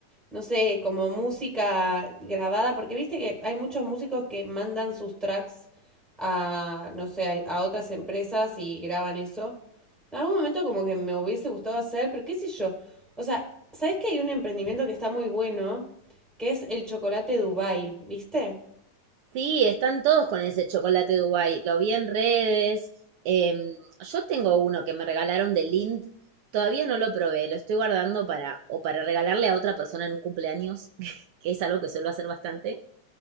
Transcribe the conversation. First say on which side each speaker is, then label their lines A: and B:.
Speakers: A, in the centre; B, on the right.
A: no sé, como música grabada, porque viste que hay muchos músicos que mandan sus tracks a, no sé, a, a otras empresas y graban eso. En algún momento como que me hubiese gustado hacer, pero qué sé yo. O sea, ¿sabes que hay un emprendimiento que está muy bueno, que es el chocolate Dubai, ¿viste?
B: Sí, están todos con ese chocolate Dubai. Lo vi en redes. em, yo tengo uno que me regalaron de Lind. Todavía no lo probé. Lo estoy guardando para o para regalarle a otra persona en un cumpleaños, <laughs> que es algo que suelo hacer bastante.